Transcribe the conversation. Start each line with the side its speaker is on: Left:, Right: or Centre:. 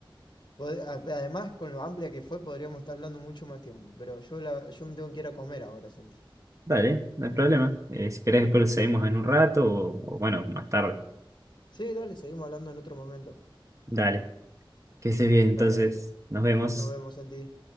Left: Pod- a- Además, con lo amplia que fue, podríamos estar hablando mucho más tiempo, pero yo, la, yo me tengo que ir a comer ahora, Santi.
Right: Dale, no hay problema. Eh, si querés, después lo seguimos en un rato o, o bueno, más tarde.
Left: Sí, dale, seguimos hablando en otro momento.
Right: Dale, que estés bien. Entonces,
Left: Dale, dale.
Right: nos vemos.
Left: Nos vemos, Santi.